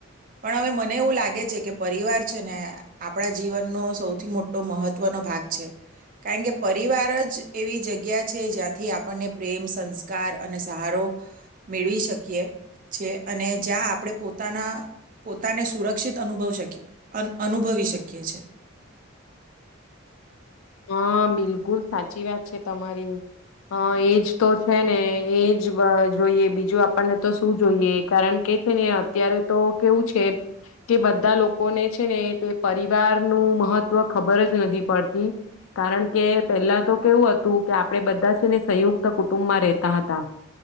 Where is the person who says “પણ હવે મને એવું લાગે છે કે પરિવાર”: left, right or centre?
Right